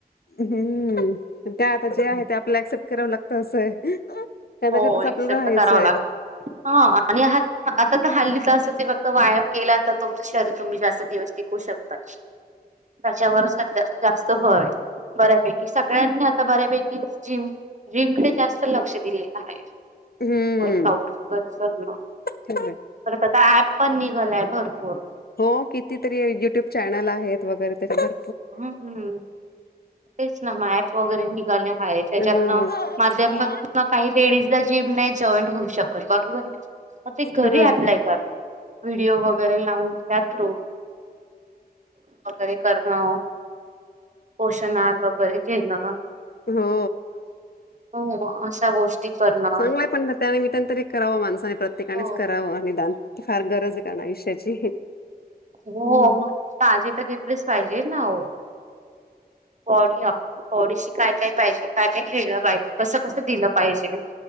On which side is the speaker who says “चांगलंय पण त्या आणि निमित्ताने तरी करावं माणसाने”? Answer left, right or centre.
Left